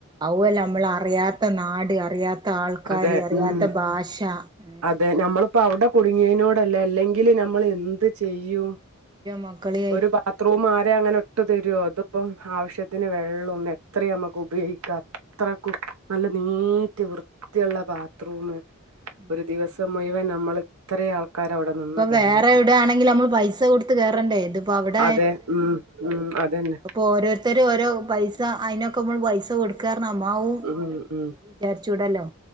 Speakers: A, on the right; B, on the right.
A: ഔവ്വല്ല നമ്മളറിയാത്ത നാട് അറിയാത് <unintelligible> ആൾക്കാരെ
B: അതെ
A: അറിയാത്ത
B: ഉം
A: ഭാഷ ഏഹ്
B: അതെ നമ്മളിപ്പോ അവിടെ കുടുങ്ങിനോടല്ലേ അല്ലെങ്കില് നമ്മൾ എന്ത് ചെയ്യും
A: മക്കളീം
B: ഒരു ബാത്റൂം ആരെ അങ്ങനെ ഇട്ട് തരോ ഇതിപ്പം ആവശ്യത്തിന് വെള്ളം ത്രയീം നമ്മുക്ക് ഉപയോഗിക്കാ അത്രക്കും നല്ല നീറ്റ് വൃ ള്ള ബാത്റൂമ്
A: ഇനിയിപ്പോ
B: ഒരു ദിവസം മുഴുവൻ നമ്മൾ ഇത്രീം ആൾക്കാര അവിടെ നിന്ന് കഴിഞ്ഞിട്ട്
A: വേറെ എവിടെയാണെങ്കിൽ നമ്മൾ പൈസ കൊടുത്ത് കേറണ്ടേ ഇതിപ്പോ അവിടെ
B: അതെ ഉം ഉം അതന്നെ
A: ഇപ്പോ ഓരോരുത്തരോരോ പൈസ അയിനൊക്കെ മ്മള് പൈസ കൊടു <unintelligible>
B: ഉം ഉം
A: വിചാരിച്ചൂടല്ലോ